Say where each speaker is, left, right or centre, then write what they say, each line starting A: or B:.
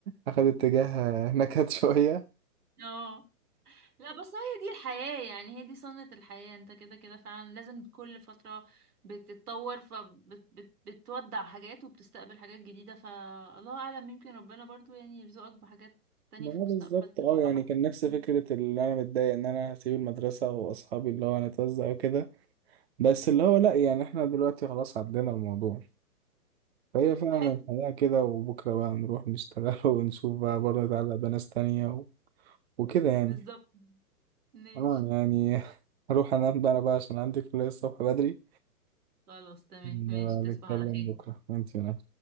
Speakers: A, on the right; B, on the right.
A: اخد اتجاه <laughs> نكد شوية
B: اه لا بس هي دي الحياة يعني هي دي سنة الحياة انت كده كده فعلا لازم كل فترة بتتطور فبتودع حاجات وبتستقبل حاجات جديدة فالله أعلم يمكن ربنا برضو يعني يرزقك بحاجات تانية
A: ما
B: في
A: هو
B: المستقبل
A: بالظبط
B: تفرحك
A: اه يعني كان نفس
B: مم.
A: فكرة اللي انا متضايق ان انا هسيب المدرسة واصحابي اللي هو هنتوزع وكده بس اللي هو لا يعني احنا دلوقتي خلاص عدينا الموضوع فهي
B: طيب
A: فعلا
B: حلو
A: الحياة كده وبكرة بقى نروح نشتغل <laughs> ونشوف بقى برضه نتعلق بناس تانية وكده يعني
B: بالظبط ماشي
A: اه يعني <laughs> هروح انام بقى بقى عشان عندي كلية الصبح بدري
B: خلاص تمام
A: نبقى
B: ماشي تصبح
A: نتكلم
B: على خير
A: بكرة وانتي نايم